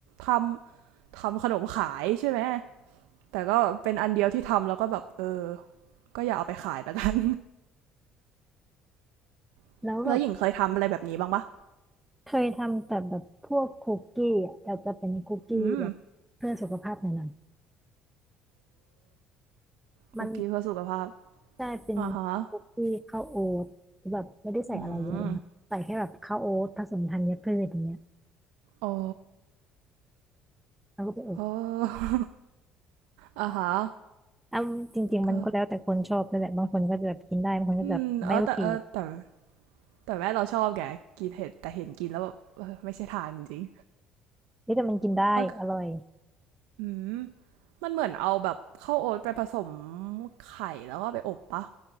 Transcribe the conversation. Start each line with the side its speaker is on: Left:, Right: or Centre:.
Right: ทำทำขนมขายใช่ไหมแต่ก็เป็นอันเดียวที่ทำแล้วก็แบบเออก็อย่าเอาไปขายแล้วกัน <laughs>
Centre: แล้วแบบ
Right: แล้วหญิงเคยทำอะไรแบบนี้บ้างปะ
Centre: เคยทำแต่แบบพวกคุกกี้อ่ะแต่จะเป็นคุกกี้แบบเพื่อสุขภาพหน่อย
Right: อืม
Centre: ๆมัน
Right: คุกกี้เพื่อสุขภาพ
Centre: ได้เป็น
Right: อ่าฮะ
Centre: คุกกี้ข้าวโอ๊ตแบบไม่ได้ใส่อะไรเยอะเลยนะใส่แค่แบบข้าวโอ๊ตผสมธัญพืชอย่างเงี้ย
Right: อืมโอ้
Centre: แล้วก็ไปอบ
Right: โอ่า <laughs> ฮะ
Centre: อ้าจริงๆมันก็แล้วแต่คนชอบด้วยแหละบางคนก็จะแบบกินได้บางคนก็จะแบบไม่โอเค
Right: ก็อืมเออแต่เออแต่ แต่แม่เราชอบแกกินเห็ดแต่เห็นกินแล้วแบบไม่ใช่ทางจริง
Centre: เฮ้ยแต่มันกินได้อร่อย
Right: ๆมันกอืมมันเหมือนเอาแบบข้าวโอ๊ตไปผสมไข่แล้วก็ไปอบปะ